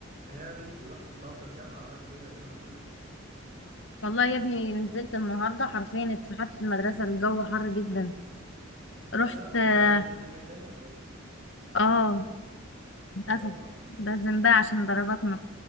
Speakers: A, on the right (about 35°); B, on the left (about 60°).
A: إيه يا بنتي رحت النهارده الجامعه عملت ايه عشان انا ما نزلتش
B: والله يا ابني نزلت النهارده حرفيا اتفحت في المدرسه الجو حر جدا
A: مدرسه
B: رحت اه
A: انت كان عندك تدريب ميداني ولا ايه
B: آه، للاسف
A: اه
B: لازم بقى عشان درجاتنا